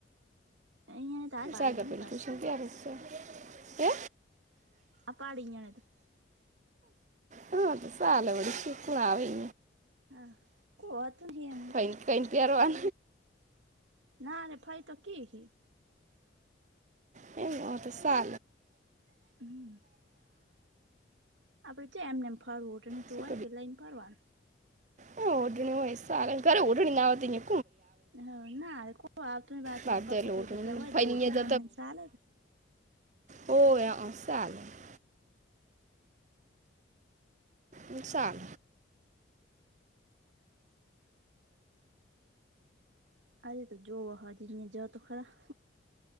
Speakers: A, on the right; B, on the right.
A: અહિયાં તો આ પાડી
B: જગા
A: ના
B: પે જ
A: પાડી
B: આવવશ્ય <inaudible> હે?
A: આ પાડીઈ તો
B: હા તો સલ બડી ખરાબ હો.
A: હા કો હતું નહી એમ એટલે
B: ફૈ ને કઈને પહેરઅના
A: ના રે ભાઈ તોકી હ
B: એમ તો સલે
A: હમ આપડે જે એમનેમ ફરવું તો
B: શું
A: હોય પેલા એમ ફરવા.
B: હ ઓઢણી હોય સ ઘરે ઓઢણી નાતીં.
A: હ ના કોતો વાતો
B: બહાર
A: પાકો
B: તો એટલે
A: ભાઈ
B: ઓઢણી
A: બીજા હોય
B: ફઈને
A: તો ઓઠીને
B: અહીંયા
A: એમનેમ સાલે જ. <inaudible>
B: હો એ અ સા <unintelligible> નુકસાન
A: અરે તો જોવો હજીને જઓ તો ખરા